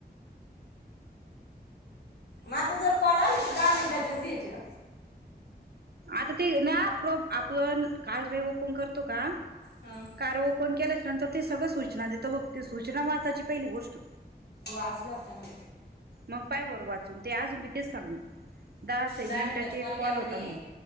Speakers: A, on the left (about 70°); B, on the right (about 70°).
A: म आता जर कॉल आले तर दहा मिनिटाचेच घ्यायचे
B: आता ते ना प्र आपण का र ओपन करतो का
A: हां
B: कार ओपन केल्याच नंतर ते सगळं सूचना देत बघ ते सूचना वाचाची पहिली गोष्ट
A: वाचला होता ना
B: मग पाय बरं वाचून ते अजून मी तेच सांगन दास एक
A: दहा
B: मिनिटाची
A: मिनिटाच
B: एक कॉल
A: घ्या म्हणे
B: होता म्हण